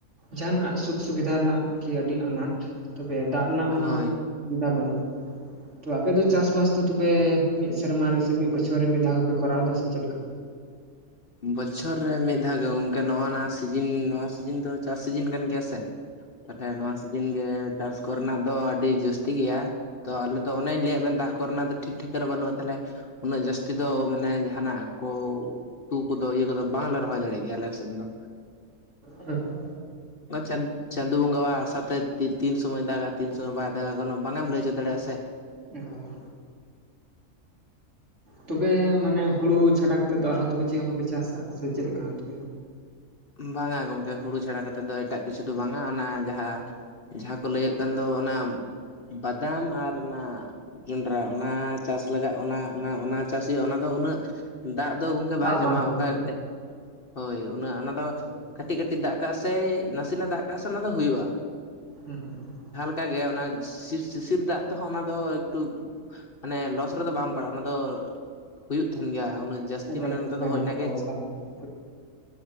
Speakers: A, on the right; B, on the left.
A: ᱡᱟᱦᱦᱟᱱᱟᱜ ᱥᱩᱠ ᱥᱩᱵᱤᱫᱷᱟ ᱨᱮᱱᱟᱜ ᱠᱤ ᱟᱹᱰᱤ ᱟᱱᱟᱴ ᱛᱚᱵᱮ ᱫᱟᱜ ᱨᱮᱱᱟᱜ
B: ᱦᱳᱭ
A: ᱢᱟ᱾ ᱥᱩᱵᱤᱫᱟ ᱵᱟᱹᱱᱩᱜ ᱛᱚ ᱟᱯᱮᱚ ᱪᱟᱥᱵᱟᱥ ᱫᱚ ᱛᱚᱵᱮ ᱢᱤᱫ ᱥᱮᱨᱢᱟ ᱨᱮ ᱥᱮ ᱢᱤᱫ ᱵᱚᱪᱷᱚᱨ ᱨᱮ ᱢᱤᱫᱷᱟᱣ ᱯᱮ ᱠᱚᱨᱟᱣ ᱮᱫᱟ ᱥᱮ ᱪᱮᱫ ᱞᱮᱠᱟ᱾
B: ᱵᱚᱪᱷᱚᱨ ᱨᱮ ᱢᱤᱫ ᱫᱷᱟᱣ ᱜᱮ ᱜᱚᱝᱠᱮ ᱱᱚᱜ ᱱᱚᱣᱟ ᱥᱤᱡᱤᱱ ᱱᱚᱣᱟ ᱥᱤᱡᱤᱱ ᱫᱚ ᱪᱟᱥ ᱥᱤᱡᱤᱱ ᱠᱟᱱ ᱜᱮᱭᱟ ᱥᱮ ᱛᱟᱦᱞᱮ ᱱᱚᱣᱟ ᱥᱤᱡᱤᱱ ᱜᱮ ᱪᱟᱥ ᱠᱚᱨᱮᱱᱟᱜ ᱫᱚ ᱟᱹᱰᱤ ᱡᱟᱹᱥᱛᱤ ᱜᱮᱭᱟ᱾ ᱛᱚ ᱟᱞᱮᱚ ᱚᱱᱮᱧ ᱞᱟᱹᱭᱟᱫ ᱢᱮ ᱫᱟᱜ ᱠᱚᱨᱮᱱᱟᱜ ᱫᱚ ᱴᱷᱤᱠ ᱴᱷᱟᱠᱨᱮ ᱵᱟᱹᱱᱩᱜᱼᱟ ᱛᱟᱦᱚᱞᱮ ᱩᱱᱟᱹᱜ ᱡᱟᱹᱥᱛᱤ ᱫᱚ ᱢᱟᱱᱮ ᱡᱟᱦᱟᱱᱟᱜ ᱠᱚ ᱛᱩ ᱠᱚᱫᱚ ᱤᱭᱟᱹ ᱠᱚᱫᱚ ᱵᱟᱝᱞᱮ ᱨᱚᱦᱚᱭ ᱫᱟᱲᱮᱜᱭᱟᱜ ᱜᱮᱭᱟ ᱟᱞᱠ ᱥᱮᱫ ᱫᱚ
A: ᱦᱮᱸ
B: ᱵᱟᱪᱟᱱ ᱪᱟᱱ ᱥᱩᱫᱩ ᱵᱚᱸᱜᱟᱟᱣ ᱟᱥᱟᱛᱮ ᱛᱤᱱ ᱥᱚᱢᱚᱭ ᱫᱟᱜᱟ ᱛᱤᱱ ᱥᱚᱢᱚᱭ ᱵᱟᱭ ᱫᱟᱜᱟ ᱠᱚᱱᱳ ᱵᱟᱝᱢ ᱞᱟᱹᱭ ᱦᱚᱪᱚ ᱫᱟᱲᱮᱭᱟᱜᱼᱟ ᱥᱮ᱾
A: ᱮᱠᱟᱞᱟ ᱛᱚᱵᱮ ᱢᱟᱱᱮ ᱦᱩᱲᱩ ᱪᱷᱟᱰᱟ ᱠᱟᱛᱮᱮᱫ ᱫᱚ ᱟᱨᱦᱚᱸ ᱪᱮᱫ ᱦᱚᱸ ᱵᱟᱯᱮ ᱪᱟᱥᱟ ᱥᱮ ᱪᱮᱫ ᱞᱮᱠᱟ ᱛᱮ
B: ᱵᱟᱝᱟ ᱜᱚᱢᱠᱮ ᱦᱩᱲᱩ ᱪᱷᱟᱲᱟ ᱠᱟᱛᱮᱮᱫ ᱫᱚ ᱮᱴᱟᱜ ᱠᱤᱪᱷᱩ ᱫᱚ ᱵᱟᱝᱟ ᱚᱱᱟ ᱡᱟᱦᱟᱸ᱾ ᱡᱟᱦᱟᱸ ᱠᱚ ᱞᱟᱹᱭᱮᱫ ᱠᱟᱱ ᱫᱚ ᱚᱱᱟ ᱵᱟᱫᱟᱢ ᱟᱨ ᱚᱱᱟ ᱡᱚᱸᱰᱨᱟ ᱚᱱᱟ ᱪᱟᱥ ᱞᱟᱜᱟᱜ ᱚᱱᱟ ᱚᱱᱟ ᱪᱟᱥ ᱦᱩᱭᱩᱜᱼᱟ ᱚᱱᱟ ᱫᱚ ᱩᱱᱟᱹᱜ ᱫᱟᱜ ᱫᱚ ᱜᱚᱝᱠᱮ
A: ᱫᱟᱜ
B: ᱵᱟᱭ
A: ᱵᱟᱝ
B: ᱡᱚᱢᱟ
A: ᱠᱷᱟᱨᱪᱟᱜ
B: ᱚᱱᱠᱟ
A: ᱥᱮ
B: ᱦᱳᱭ ᱩᱱᱟᱹᱜ ᱚᱱᱟ ᱫᱚ
A: ᱦᱮᱸ
B: ᱠᱟᱹᱴᱤᱡ ᱠᱟᱹᱴᱤᱡ ᱠᱟᱹᱴᱤᱡ ᱫᱟᱜ ᱠᱟᱜ ᱥᱮ ᱱᱟᱥᱮᱱᱟᱜ ᱫᱟᱜ ᱠᱟᱜᱼᱟ ᱥᱮ ᱚᱱᱟ ᱫᱚ ᱦᱩᱭᱩᱜᱼᱟ᱾
A: ᱦᱮᱸ ᱦᱩᱸ ᱦᱸ
B: ᱚᱱᱠ ᱜᱮ ᱚᱱᱟ ᱥᱤᱥᱤᱨ ᱫᱟᱜ ᱛᱮᱦᱚᱸ ᱚᱱᱟ ᱫᱚ ᱮᱠᱴᱩ ᱢᱟᱱᱮ ᱞᱚᱥ ᱨᱮᱫᱚ ᱵᱟᱢ ᱯᱟᱲᱟᱜᱼᱟ ᱚᱱᱟ ᱫᱚ ᱦᱩᱭᱩᱜ ᱛᱟᱦᱮᱱ ᱜᱮᱭᱟ ᱩᱱᱟᱹᱜ ᱡᱟᱹᱥᱛᱤ
A: ᱚᱠᱟ
B: ᱢᱟᱱᱮ
A: ᱞᱮᱠᱟ
B: ᱱᱚᱛᱮ
A: ᱡᱟᱱᱟᱢ
B: ᱫᱚ ᱦᱮᱡ ᱮᱱᱟᱱᱟᱜᱮ
A: ᱨᱟᱠᱟᱵᱚᱜ ᱠᱟᱱ ᱛᱟᱦᱮᱸ